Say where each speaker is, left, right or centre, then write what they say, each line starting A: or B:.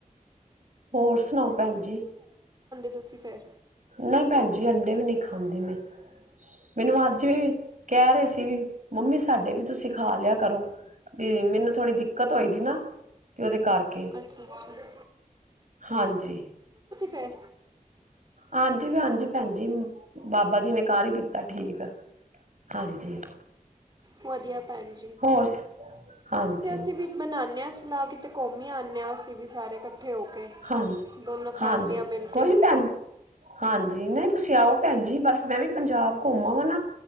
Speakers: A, on the right; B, on the right.
A: ਹੋਰ ਸੁਣਾਓ ਭੈਣ ਜੀ।
B: ਤੁਸੀ ਫੇਰ।
A: ਨਹੀਂ ਭੈਣ ਜੀ ਅੰਡੇ ਵੀ ਨੀ ਖਾਂਦੀ, ਮੈਂ ਮੈਨੂੰ ਅੱਜ ਵੀ ਕਹਿ ਰਹੇ ਸੀ, ਵੀ ਮੰਮੀ ਸਾਡੇ ਵੀ ਤੁਸੀਂ ਖਾ ਲਿਆ ਕਰੋ ਵੀ ਮੈਨੂੰ ਥੋੜ੍ਹੀ ਦਿੱਕਤ ਹੋਈ ਦੀ ਨਾ ਤੇ ਉਹਦੇ ਕਰਕੇ
B: ਅੱਛਾ ਅੱਛਾ
A: ਹਾਂਜੀ
B: ਫੇਰ
A: ਹਾਂਜੀ ਵੀ ਹਾਂਜੀ, ਭੈਣ ਜੀ ਬਾਬਾ ਜੀ ਨੇ ਕਰ ਹੀ ਦਿੱਤਾ ਠੀਕ ਹਾਂਜੀ
B: ਵਧੀਆ ਭੈਣ
A: ਹੋਰ ਹਾਂਜੀ।
B: ਅਸੀ ਵਿੱਚ ਬਣਾਦੇ ਹਾਂ ਸਲਾਹ ਕੀਤੇ ਘੁੰਮ ਆਣੇ ਹਾਂ ਅਸੀਂ ਵੀ ਸਾਰੇ ਇਕੱਠੇ ਹੋ ਕੇ
A: ਹਾਂਜੀ
B: ਦੋਨੋਂ
A: -ਹਾਂਜੀ
B: ਫੈਮਲੀਆਂ ਮਿਲ
A: ਕੋਈ
B: ਕੇ
A: ਨੀ ਭੈਣ ਜੀ ਹਾਂਜੀ ਨਹੀਂ, ਤੁਸੀਂ ਆਓ ਭੈਣ ਜੀ ਬਸ ਮੈਂ ਵੀ ਪੰਜਾਬ ਘੁੰਮ ਵਾਂ ਨਾ